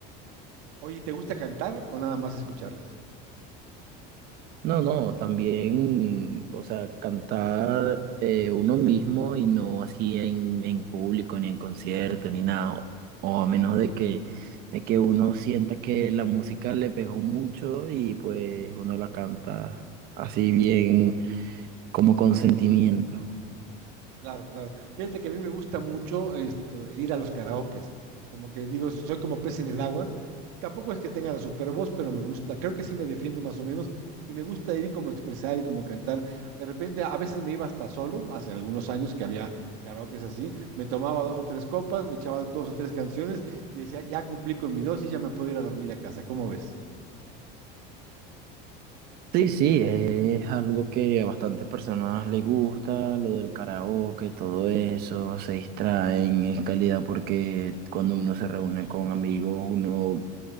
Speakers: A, on the right; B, on the right.
A: Oye, ¿te gusta cantar o nada más escucharlas?
B: No, no, también, o sea, cantar eh, uno mismo y no así en, en público, ni en concierto, ni nada, o o a menos de que, de que uno sienta que la música le pegó mucho y pues uno la canta así bien como con sentimiento.
A: Claro, claro. Fíjate que a mí me gusta mucho esto, ir a los karaokes. Como que digo, soy como pez en el agua. Tampoco es que tenga la super voz, pero me gusta. Creo que sí me defiendo más o menos y me gusta ir y como expresar y como cantar. De repente, a veces me iba hasta solo, hace algunos años que había karaokes así. Me tomaba dos o tres copas, me echaba dos o tres canciones y decía, ya cumplí con mi dosis, ya me puedo ir a dormir a casa. ¿Cómo ves?
B: Sí, sí, es algo que a bastantes personas les gusta, lo del karaoke, todo eso, se distraen, es calidad porque cuando uno se reúne con amigos, uno